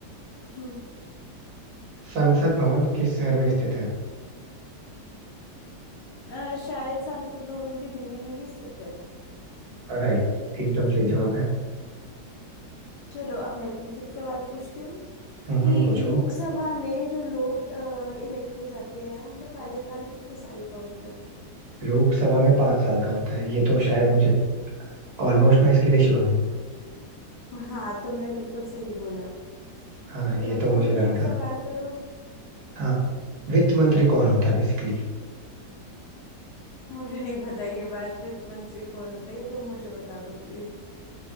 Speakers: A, on the left; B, on the right.
A: हम्म,
B: संसद भवन किस शहर में स्थित है
A: अ, शायद संसद भवन भी दिल्ली में ही स्थित है
B: राइट एकदम सही जवाब है
A: चलो अब मैं तुमसे एक सवाल पूछती हूँ
B: हम्म
A: कि
B: हम्म, पूछो
A: लोकसभा में जो लोग इलेक्ट हो जाते हैं उनका कार्यकाल कितने साल का होता है
B: लोकसभा में पांच साल का होता है ये तो शायद मुझे ऑलमोस्ट मैं इसके लिए श्योर हूँ
A: हाँ तुमने बिल्कुल सही बोला
B: हाँ
A: चलो
B: ये
A: अब
B: तो
A: तुम
B: मुझे
A: मुझसे
B: लगा
A: एक
B: था
A: सवाल करो
B: हाँ वित्त मंत्री कौन होता है बेसिकली
A: मुझे नहीं पता ये बात वित्त मंत्री कौन होता है ये तुम मुझे बता दो प्लीज